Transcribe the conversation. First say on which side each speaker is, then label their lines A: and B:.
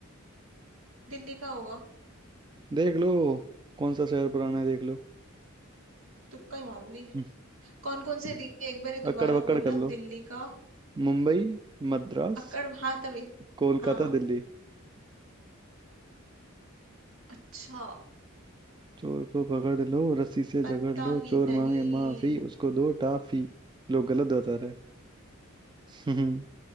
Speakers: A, on the right; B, on the right.
A: दिल्ली का होगा
B: देख लो कौन सा शहर पुराना है देख लो
A: तुक्का ही मारूंगी
B: हम्म,
A: कौन कौन से दिए एक बार ही
B: अकड़
A: दोबारा
B: बकड़
A: बोलना
B: कर लो
A: दिल्ली का
B: मुंबई मद्रास
A: अक्कड़ हाँ तभी
B: कोलकाता
A: हाँ
B: दिल्ली
A: अच्छा
B: चोर को पकड़ लो रस्सी से
A: पता
B: जकड़ लो
A: ही
B: चोर
A: नहीं
B: मांगे माफी उसको दो टाफी लोग गलत बता रहे हैं